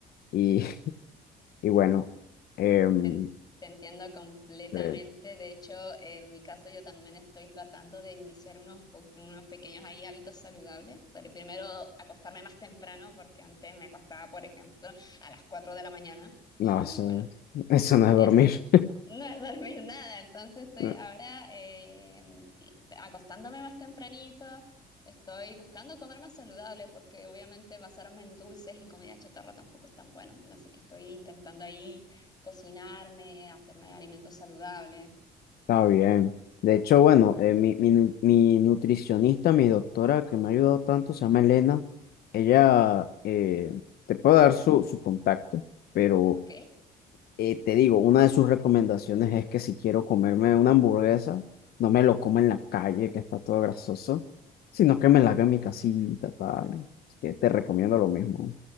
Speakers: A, on the left; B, on the left.
A: Y, <laughs> y bueno, em,
B: Te, en- te entiendo completamente.
A: sí,
B: De hecho, en mi caso yo también estoy tratando de iniciar unos, po- unos pequeños ahí hábitos saludables. Pero primero acostarme más temprano porque antes me acostaba, por ejemplo, a las 4 de la mañana. Y
A: no, eso,
B: bueno,
A: <laughs> eso no es
B: eso.
A: dormir.
B: No es dormir nada, entonces estoy
A: <laughs>
B: ahora eh, y- acostándome más tempranito, estoy buscando comer más saludable porque obviamente basarme en dulces y comida chatarra tampoco es tan bueno, así que estoy intentando ahí cocinarme, hacerme alimentos saludables,
A: Está bien. De hecho, bueno, eh, mi, mi, nu- mi nutricionista, mi doctora que me ha ayudado tanto, se llama Elena. Ella eh, te puede dar su, su contacto, pero
B: ¿ok?
A: eh, te digo, una de sus recomendaciones es que si quiero comerme una hamburguesa, no me lo coma en la calle, que está todo grasoso, sino que me la haga en mi casita, tal. Así que te recomiendo lo mismo.